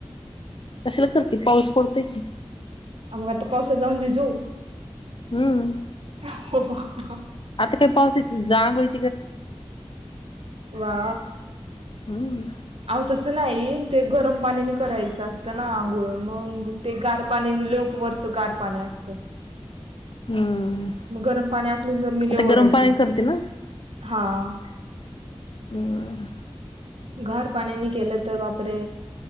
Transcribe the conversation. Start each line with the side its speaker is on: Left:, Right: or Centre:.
Left: कशाला करते पाऊस पडतय की
Right: मग आता पावसात जाऊन भिजू
Left: हम्म
Right: हुं आ ह
Left: आता काही पावसाची जांग होईल
Right: वा
Left: हम्म
Right: आ‌ ओ तस नाही ते गरम पाण्याने करायचं असतं ना आंघोळ मग ते गार पाणी ललेप वत त्या च गार पाणी असत
Left: हम्म
Right: मग गरम पाणी असले जरमीले
Left: आता
Right: वरडतील
Left: गरम पाणी करते ना
Right: हा आ
Left: हम
Right: गार पाण्यानी केलं तर बापरे